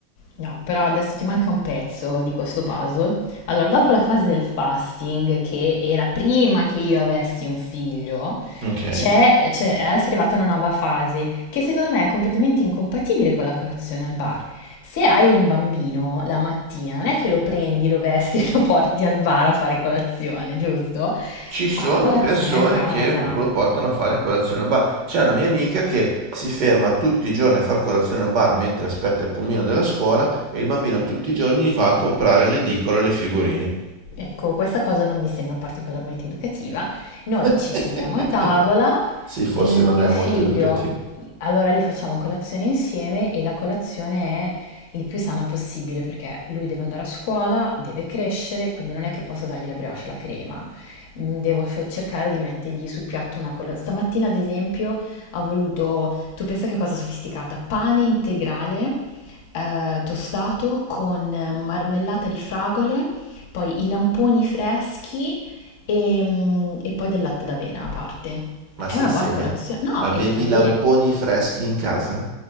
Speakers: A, on the left; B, on the right.
A: No, però adesso ti manca un pezzo di questo puzzle. Allora, dopo la fase del fasting, che era prima che io avessi un figlio,
B: Ok?
A: c'è, c'è- è adesso è arrivata una nuova fase che secondo me è completamente incompatibile con la colazione al bar. Se hai un bambino la mattina, non è che lo prendi, lo vesti <laughs> e lo porti al bar a fare colazione, giusto?
B: Ci
A: Fai
B: sono
A: colazione
B: persone
A: a casa.
B: che lo portano a fare colazione al bar. C'è una mia amica che si ferma tutti i giorni a fare colazione al bar mentre aspetta il pulmino della scuola e il bambino tutti i giorni va a comprare l'edicola e le figurine.
A: Ecco, questa cosa non mi sembra particolarmente educativa. Noi
B: <laughs>
A: ci sediamo a tavola,
B: Sì, forse
A: il
B: non
A: mio
B: è
A: figlio,
B: molto educativo.
A: allora lì facciamo colazione insieme e la colazione è il più sana possibile perché lui deve andare a scuola, deve crescere, quindi non è che posso dargli la brioche e la crema. Mm, Devo f- cercare di mettergli sul piatto una colazione. Stamattina, ad esempio, ha voluto, tu pensa che cosa sofisticata, pane integrale eh, tostato con marmellata di fragole poi i lamponi freschi e, mm, e poi del latte d'avena a parte.
B: Ma
A: È
B: sei
A: una
B: seria?
A: buona colazione. No,
B: Avevi
A: è davvero.
B: i lamponi freschi in casa?